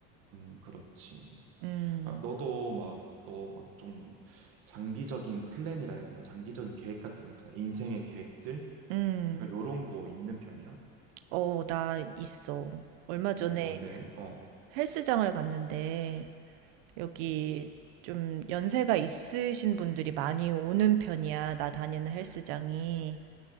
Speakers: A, on the right; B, on the right.
A: 음, 그렇지.
B: 음,
A: 아, 너도 막, 너 막 좀 장기적인 플랜이라 해야 되나? 장기적인 계획 같은 거 있잖아. 인생의 계획들?
B: 음,
A: 약간 요런 거 있는 편이야?
B: 어, 나 있어. 얼마 전에
A: 음, 뭔데? 어.
B: 헬스장을 갔는데, 여기 좀 연세가 있으신 분들이 많이 오는 편이야. 나 다니는 헬스장이.